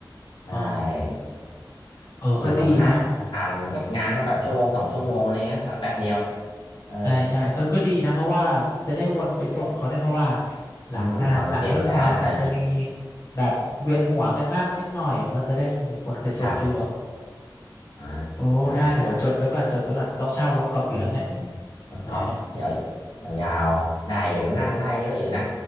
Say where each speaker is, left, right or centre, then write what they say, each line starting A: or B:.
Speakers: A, on the left; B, on the left.
A: ใช่
B: อ๋อเออก็ดีนะ
A: มีคนขับสักคันก็งานก็แบบชั่วโมงสองชั่วโมงอะไรเงี้ยก็แป๊บเดียวเออ
B: ใช่ใช่เออก็ดีนะเพราะว่าจะได้วนไปส่งเขาได้วยเพราะว่าหลังงานหลังเลิกงานอาจจะมี
A: อืมตอนเสร็จแล้วอะไรอย่างนี้
B: แบบเวียนหัวกันบ้างนิดหน่อยก็จะได้มีคนไปส่งที่รถ
A: ครับอ่า
B: โอ้ได้เลยเดี๋ยวจดไว้ก่อนจดไว้ก่อนต้องเช่ารถกอล์ฟอีกแล้วเนี่ย
A: ใช่ใช่ อืมรถก๊อล์ฟเดี๋ยวยาวๆได้อยู่มันนั่งได้เยอะอยู่นะ
B: แหม